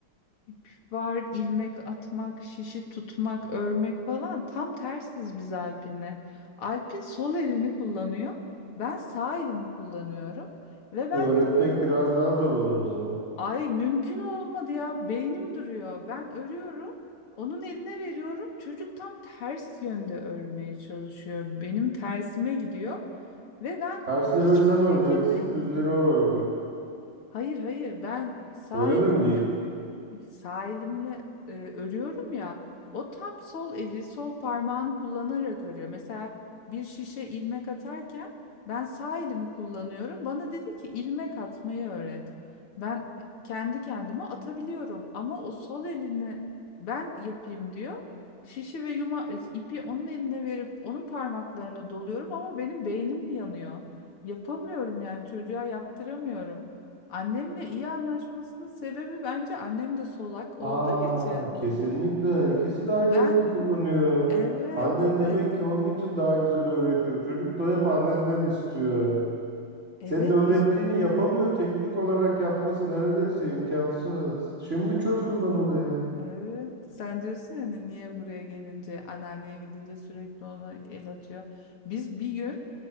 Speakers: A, on the left; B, on the right.
A: İp var, ilmek atmak, şişi tutmak, örmek falan. Tam tersiz biz Alpin'le. Alpin sol elini kullanıyor. Ben sağ elimi kullanıyorum. Ve ben
B: Öğretmek biraz daha zor olur o zaman.
A: ay mümkün olmadı ya beynim duruyor. Ben örüyorum. Onun eline veriyorum. Çocuk tam ters yönde örmeye çalışıyor. Benim tersime gidiyor. Ve ben
B: Tersleri
A: hiçbir
B: sen öreceksin,
A: şekilde
B: düzleri o örecek.
A: hayır hayır ben sağ
B: Öyle
A: elim
B: de mi değil?
A: Sağ elimle e, örüyorum ya o tam sol eli sol parmağını kullanarak örüyor. Mesela bir şişe ilmek atarken ben sağ elimi kullanıyorum. Bana dedi ki ilmek atmayı öğret. Ben kendi kendime atabiliyorum ama o sol elini ben yapayım diyor. Şişi ve yuma e, ipi onun eline verip onun parmaklarına doluyorum ama benim beynim yanıyor. Yapamıyorum yani çocuğa yaptıramıyorum. Annemle iyi anlaşmasının sebebi bence annem de solak olduğu
B: Aa,
A: için.
B: kesinlikle. İkisi de aynı
A: Ben
B: elini kullanıyor.
A: evet
B: Annen
A: evet
B: demek ki onun için daha güzel öğretiyor. Çocuk da hep annenden istiyor.
A: evet
B: Senin öğrettiğini
A: biz
B: yapamıyor. Teknik olarak yapması neredeyse imkansız. Şimdi çözdüm ben olayı.
A: evet sen diyorsun ya hani niye buraya gelince anneanneye gidince sürekli ona el atıyor. Biz bir gün